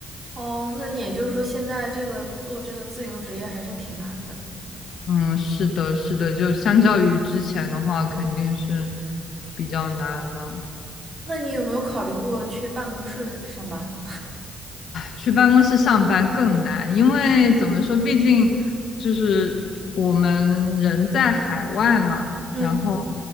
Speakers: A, on the right; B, on the left.
A: 哦，那也就是说，现在这个做这个自由职业还是挺难的。
B: 嗯，是的，是的，就相较于之前的话，肯定是比较难了。
A: 那你有没有考虑过去办公室上班？
B: 去办公室上班更难，因为怎么说，毕竟就是我们人在海外嘛，
A: 嗯，
B: 然后